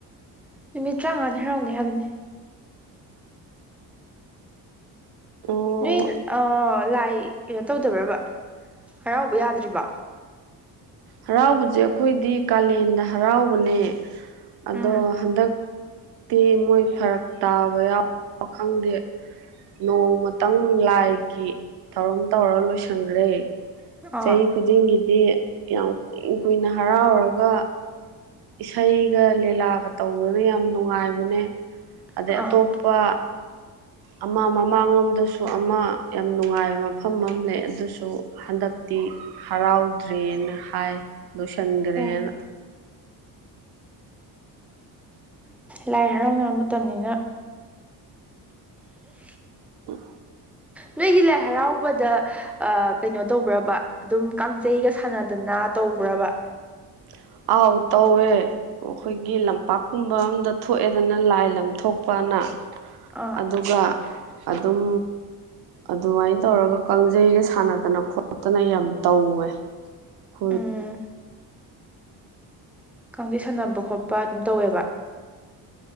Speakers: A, in the centre; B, on the right.
A: ꯅꯨꯃꯤꯠ ꯇꯔꯥꯃꯉꯥꯅꯤ ꯍꯔꯥꯎꯅꯤ ꯍꯥꯏꯕꯅꯦ
B: ꯑꯣ
A: ꯅꯣꯏ ꯑ ꯂꯥꯏ ꯀꯩꯅꯣ ꯇꯧꯗꯕ꯭ꯔꯕ ꯍꯔꯥꯎꯕ ꯌꯥꯗ꯭ꯔꯤꯕ
B: ꯍꯔꯥꯎꯕꯁꯦ ꯑꯩꯈꯣꯏꯗꯤ ꯀꯥꯂꯦꯟꯗ ꯍꯔꯥꯎꯕꯅꯦ ꯑꯗꯣ
A: ꯎꯝ
B: ꯍꯟꯗꯛ ꯇꯤ ꯃꯣꯏ ꯐꯔꯛ ꯇꯥꯕ ꯌꯥꯎ ꯈꯪꯗꯦ ꯅꯣꯡꯃꯇꯪ ꯂꯥꯏꯒꯤ ꯊꯧꯔꯝ ꯇꯧꯔ ꯂꯣꯏꯁꯟꯒ꯭ꯔꯦ
A: ꯑꯥ
B: ꯆꯍꯤ ꯈꯨꯗꯤꯡꯒꯤꯗꯤ ꯌꯥꯝ ꯀꯨꯏ ꯀꯨꯏꯅ ꯍꯔꯥꯎꯔꯒ ꯏꯁꯩꯒ ꯂꯤꯂꯥꯒ ꯇꯧꯗꯅ ꯌꯥꯝ ꯅꯨꯡꯉꯥꯏꯕꯅꯦ ꯑꯗꯩ
A: ꯑꯥ
B: ꯑꯇꯣꯞꯄ ꯑꯃ ꯃꯃꯥꯡꯂꯣꯝꯗꯁꯨ ꯑꯃ ꯌꯥꯝ ꯅꯨꯡꯉꯥꯏꯕ ꯃꯐꯝ ꯑꯃ ꯂꯩ ꯑꯗꯨꯁꯨ ꯍꯟꯗꯛ ꯇꯤ ꯍꯔꯥꯎꯗ꯭ꯔꯦꯅ ꯍꯥꯏ ꯂꯣꯏꯁꯟꯒ꯭ꯔꯦꯅ
A: ꯑꯣ ꯂꯥꯏ ꯍꯔꯥꯎꯅꯕ ꯃꯇꯝꯅꯤꯅ <inaudible>
B: ꯎꯝ
A: ꯅꯣꯏꯒꯤ ꯂꯥꯏ ꯍꯔꯥꯎꯕꯗ ꯑ ꯀꯩꯅꯣ ꯇꯧꯕ꯭ꯔꯕ ꯑꯗꯨꯝ ꯀꯥꯡꯖꯩꯒ ꯁꯥꯟꯅꯗꯅ ꯇꯧꯕ꯭ꯔꯕ
B: <inaudible> ꯑꯥꯎ ꯇꯧꯋꯦ ꯑꯩꯈꯣꯏꯒꯤ ꯂꯝꯄꯥꯛꯀꯨꯝꯕ ꯑꯝꯗ ꯊꯣꯛꯑꯦꯗꯅ ꯂꯥꯏ ꯂꯝ ꯊꯣꯛꯄꯅ
A: ꯑꯥ
B: ꯑꯗꯨꯒ ꯑꯗꯨꯝ ꯑꯗꯨꯃꯥꯏꯅ ꯇꯧꯔꯒ ꯀꯥꯡꯖꯩꯒ ꯁꯥꯟꯅꯗꯅ ꯈꯣꯠꯇꯅ ꯌꯥꯝ ꯇꯧꯋꯦ ꯈꯣꯏ
A: ꯎꯝ ꯀꯥꯡꯖꯩ ꯁꯥꯟꯅꯕ ꯈꯣꯠꯄ ꯑꯗꯨꯝ ꯇꯧꯋꯦꯕ